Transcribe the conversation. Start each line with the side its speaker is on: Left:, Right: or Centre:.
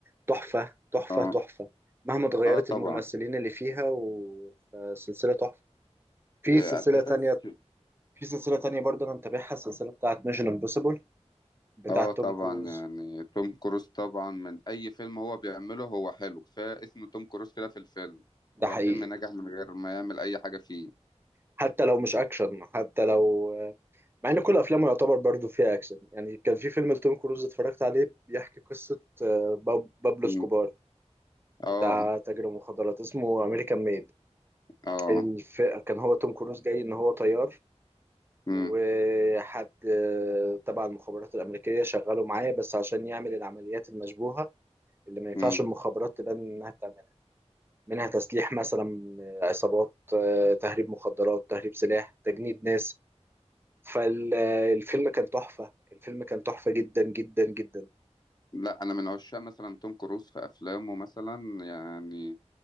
Right: تحفة تحفة
Left: اه
Right: تحفة مهما اتغيرت
Left: اه طبعا
Right: الممثلين اللي فيها وسلسلة تحفة في
Left: آه،
Right: سلسلة
Left: تحس
Right: تانية في سلسلة تانية برضه أنا متابعها السلسلة بتاعت ميشن امبوسيبل بتاعت
Left: اه طبعا
Right: توم كروز
Left: يعني توم كروز طبعا من اي فيلم هو بيعمله هو حلو كفايه اسم توم كروز كده في الفيلم
Right: ده
Left: هو
Right: حقيقي
Left: الفيلم نجح من غير ما يعمل اي حاجه فيه
Right: حتى لو مش أكشن حتى لو آه، مع إن كل أفلامه يعتبر برضه فيها أكشن يعني كان في فيلم لتوم كروز اتفرجت عليه بيحكي قصة آه، باب- بابلو
Left: مم.
Right: سكوبار
Left: اه
Right: بتاع تاجر المخدرات اسمه أمريكان ميد
Left: اه
Right: الف... كان هو توم كروز جاي إن هو طيار
Left: مم.
Right: وحد آه، تبع المخابرات الأمريكية شغاله معايا بس عشان يعمل العمليات المشبوهة اللي ما ينفعش
Left: مم.
Right: المخابرات تبان إنها بتعملها منها تسليح مثلا آه، عصابات آه، تهريب مخدرات تهريب سلاح تجنيد ناس فالفيلم كان تحفة الفيلم كان تحفة جدا جدا جدا
Left: لا انا من عشاق مثلا توم كروز في افلامه مثلا يعني